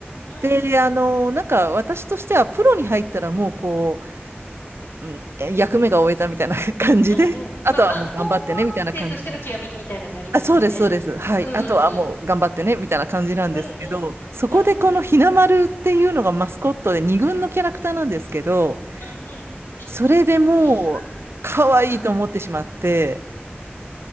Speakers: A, on the left; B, on the right.
A: うん。
B: で、
A: うん
B: あの、なんか私としてはプロに入ったらもうこう、うん、え役目が終えたみたいな <laughs> 感じで、
A: うん。
B: あとはもう頑張ってねみたいな感じ。
A: まあまあ、高校生としてのきらめきみたいなのありますよね。
B: あ、そうです、そうです。はい。
A: うんうんうん。
B: あとはもう頑張ってねみたいな感じなんですけど、
A: うんうん。
B: そこでこのひなまるっていうのがマスコットで二軍のキャラクターなんですけど、
A: うんうん。うんうん。
B: それでもう可愛いと思ってしまって、
A: 日本のキャラクター。